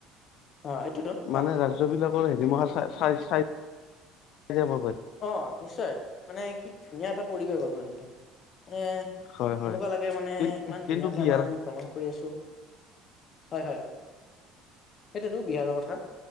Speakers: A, on the left; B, on the left.
A: অ', সেইটোতো কোৱা
B: মানে ৰাজ যদি <unintelligible> হিমা চ চাই, চাই যাব পাৰ
A: অ', নিশ্চয়, মানে কি ধুনীয়া এটা পৰিৱেশ হব পাৰে কিন্তু মানে
B: হয় হয়
A: এনেকুৱা লাগে মানে
B: কিন
A: ইমান
B: কিন্তু
A: ধুনীয়াকে
B: বিহাৰ
A: আমাৰ ভ্ৰমণ কৰি আছোঁ। হয়, হয়, সেইটোতো বিহাৰৰ কথা।